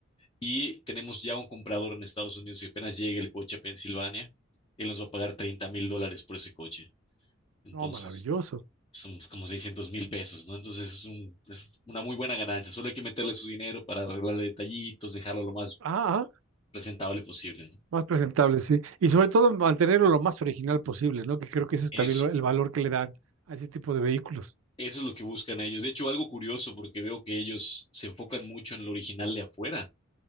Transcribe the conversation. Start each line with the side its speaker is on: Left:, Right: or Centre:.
Left: Y tenemos ya un comprador en Estados Unidos que apenas llegue el coche a Pensilvania, él nos va a pagar treinta mil dólares por ese coche. Entonces,
Right: No, maravilloso.
Left: son como seiscientos mil pesos, ¿no? Entonces, es un- es una muy buena ganancia. Solo hay que meterle su dinero para arreglarle detallitos, dejarlo lo más
Right: Ah,
Left: presentable posible, ¿no?
Right: Más presentable, sí. Y sobre todo mantenerlo lo más original posible, ¿no? Que creo que ese es
Left: Eso,
Right: también lo- el valor que le dan a ese tipo de vehículos.
Left: eso es lo que buscan ellos. De hecho, algo curioso, porque veo que ellos se enfocan mucho en lo original de afuera,